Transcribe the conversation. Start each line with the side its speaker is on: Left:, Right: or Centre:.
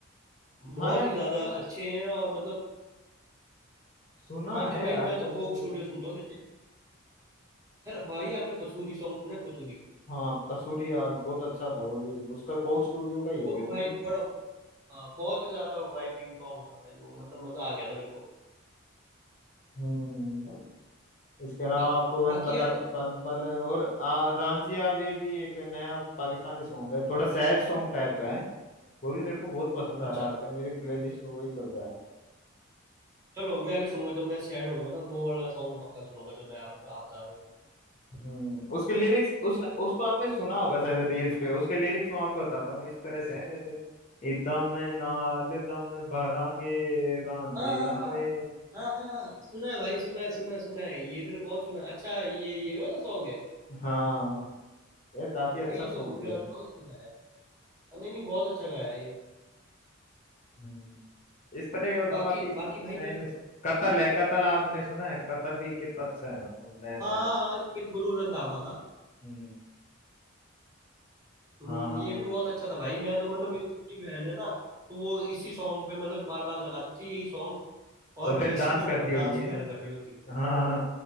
Right: बहुत
Left: हाँ यार
Right: ही
Left: मैंने
Right: ज्यादा अच्छे हैं और मतलब
Left: सुना
Right: बाकी
Left: है
Right: भाई
Left: यार
Right: मैं
Left: कलविंदर
Right: तो कोक स्टूडियो सुनता हूँ यार भाई आपने पसूरी सॉन्ग सुना है पसूरी
Left: हाँ कसूरी यार बहुत अच्छा था वो भी उसका कोक स्टूडियो का ही है
Right: वो
Left: वो
Right: भी भाई
Left: भी
Right: बड़ा आ, बहुत ही ज्यादा वाइबिंग सॉन्ग था भाई वो मतलब मजा आ गया था मेरे को
Left: हम्म इसके अलावा
Right: बा,
Left: आपको मैंने
Right: बाकी
Left: बता
Right: यार
Left: दिया पल पल और आ, रांझिया वे भी एक नया पाकिस्तानी सॉन्ग है थोड़ा सैड सॉन्ग टाइप का है वो भी मेरे को बहुत पसंद आ
Right: अच्छा
Left: रहा है आजकल मेरी प्लेलिस्ट में वही चल रहा है
Right: चलो मैं भी सुनूंगा जब मैं सैड होऊंगा ना वो वाला सॉन्ग पक्का सुनूंगा जो मैं आप आप बता रहे हो
Left: हम्म उसके लिरिक्स उसने उसको आपने सुना होगा शायद रील्स पे उसके लिरिक्स मैं आपको बताता हूँ इस तरह से हैं जैसे इदम नाल दम भरांगे रांझिया
Right: हाँ हाँ
Left: वे
Right: हाँ हाँ हाँ सुना है भाई सुना है सुना है सुना है ये मैंने बहुत सुना है अच्छा ये ये वाला सॉन्ग है
Left: हाँ ये काफी अच्छा
Right: भाई ये
Left: सॉन्ग
Right: तो मेरा
Left: है
Right: बहुत अच्छा गाया है नहीं नहीं बहुत अच्छा गाया है ये
Left: हम्म। इस तरह के मतलब
Right: बाकी
Left: अभी
Right: बाकी भाई
Left: नए
Right: मेरे
Left: नए
Right: को
Left: कतल है कतल आपने सुना है कतल भी कितना अच्छा है मतलब नया नया
Right: हाँ
Left: है।
Right: हाँ, हाँ, ये गुरु रंधावा का
Left: हम्म
Right: हम्म
Left: हाँ हाँ
Right: ये भी बहुत अच्छा था भाई मैं तो मतलब मेरी छोटी बहन है ना तो वो इसी सॉन्ग पे मतलब बार बार लगा देती है यही सॉन्ग और
Left: तो फिर
Right: इसी
Left: डांस
Right: पे मतलब
Left: करती होगी
Right: डांस
Left: है
Right: वगैरह कर रही होती है
Left: हाँ हाँ हाँ।